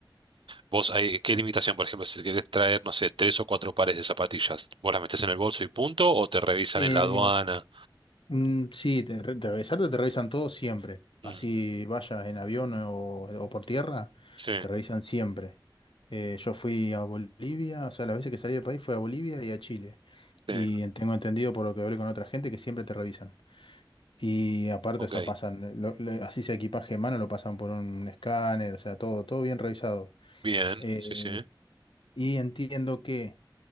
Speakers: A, on the right; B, on the left.
A: Vos, hay, ¿qué limitación? Por ejemplo, si querés traer, no sé, tres o cuatro pares de zapatillas, ¿vos las metés en el bolso y punto? ¿O te revisan
B: eh,
A: en la aduana?
B: Mm, sí, te, re- te revisarte te revisan todo siempre. Así
A: Mm,
B: vayas en avión o, o por tierra,
A: sí,
B: te revisan siempre. Eh, yo fui a Bolivia, o sea, las veces que salí del país fui a Bolivia y a Chile.
A: sí,
B: Y tengo entendido por lo que hablé con otra gente que siempre te revisan. Y aparte,
A: ok.
B: o sea, pasan, lo- lo- así sea equipaje de mano, lo pasan por un escáner, o sea, todo, todo bien revisado.
A: Bien,
B: Eh,
A: sí, sí.
B: y entiendo que